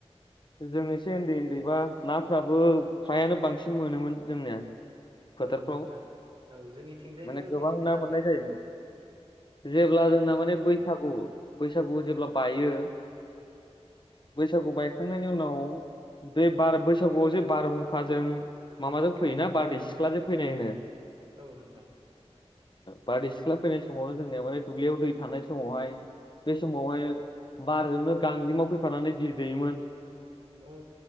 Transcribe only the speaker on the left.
जों एसे उन्दै उन्दैबा नाफ्राबो फ्रायानो बांसिन मोनोमोन जोंनिया फोथारफ्राव
माने गोबां
ना
मोननाय जायोमोन जेब्ला
जोंना माने बैसागु बैसागुखौ जेब्ला बाय बायो बैसागु बायखांनायनि उनाव बे बार बैसागुआव जे बारहुंखाजों माबाजों फैयोना बारदै सिख्लाजों फैनाय होनो।
बारदै सिख्ला फैनाय समावनो जोंनिया माने दुब्लियाव दै थानाय समावहाय बे समावहाय बारजोंनो गांजेमा फैफानानै बिदै दैेयोमोन।